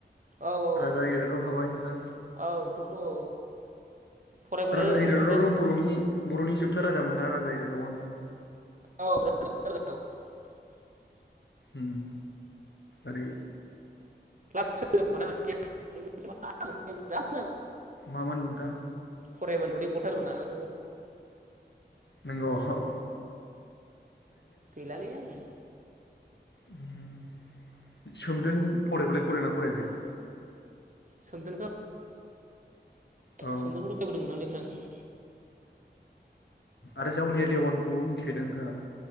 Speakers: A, on the right (about 45°); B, on the left (about 75°).
A: औ औ
B: राजा इरागदाव थाबाय नोंथां।
A: औ बेखौ औ फरायबोदों
B: राजा
A: नोंथां
B: इरागदावाथ'
A: बेफोर गासिबो
B: बर'नि बर'नि जोबथा राजामोन ना राजा इरागदावा नोंथां।
A: औ <inaudible>
B: उम ओरै
A: <inaudible>
B: मामोन नोंथां।
A: फरायबा मोदै गथारो ना आं।
B: नोंगौ अह।
A: गैलालै आं।
B: उम सोमदोन फरायबालाय फरायदोना फरायाखै?
A: सोमदोनखौ
B: औ
A: सोमददोंखौथ' फरायबोदोंमोन लै नोंथां
B: आरो जावलिया देवानखौबो मिथिखायदां नोंथाङा?